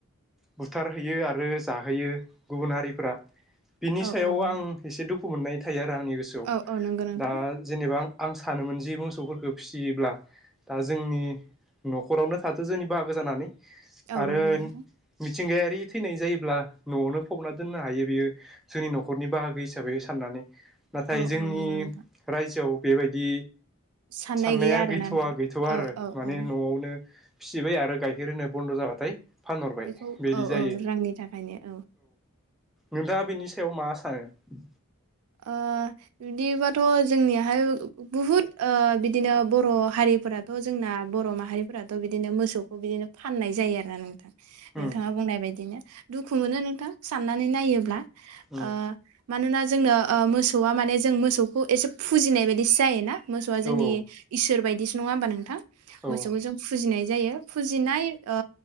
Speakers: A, in the centre; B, on the right (about 80°).
A: बुथारहैयो आरो जाहोयो गुबुन हारिफोरा बिनि
B: औ
A: सायाव
B: औ नंगौ
A: आं एसे दुखु दुखु मोननाय थाया। दा आंनि गोसोआव
B: औ औ नंगौ नोंथां
A: दा जेनेबा आं आं सानोमोन जि मोसौफोरखौ फिसियोब्ला दा जोंनि न'खरावनो थाथों जोंनि बाहागो जानानै।
B: औ
A: आरो
B: नंगौ नोंथां।
A: मिथिंगायारि थैनाय जायोब्ला न'आवनो फबना दोननो हायो बेयो जोंनि न'खरनि बाहागो हिसाबै साननानै। नाथाय
B: औ
A: जोंनि
B: औ नंगौ नोंथां
A: रायजोआव बेबायदि
B: साननाय
A: साननाया
B: गैया आरोना
A: गैथवा
B: नोंथां
A: गैथवा आरो
B: औ औ
A: माने
B: औ
A: न'आवनो फिसिबाय आरो गाइखेर होनो बन्द जाबाथाय फानहरबाय
B: बेखौ
A: बिदि
B: औ
A: जायो
B: औ रांनि थाखायनो औ।
A: नोंथाङा बिनि सायाव मा सानो?
B: ओ बिदिबाथ जोंनियाहाय बुहुद ओ बिदिनो बर' हारिफोराथ' जोंना बर माहारिफोराथ' बिदिनो मोसौखौ बिदिनो फाननाय जायो आरोना नोंथां। नोंथाङा
A: उम
B: बुंनाय बायदिनो दुखु मोनो नोंथां साननानै नायोब्ला ।
A: उम
B: ओ मानोना जो जोंनो ओ मोसौआ माने जों मोसौखौ एसे फुजिनाय बायदिसो जायोना। मोसौआ जोंनि
A: औ औ
B: इसोर बायदिसो नङा होमबा नोंथां?
A: औ
B: मोसौखौ जों फुजिनाय जायो फुजिनाय ओ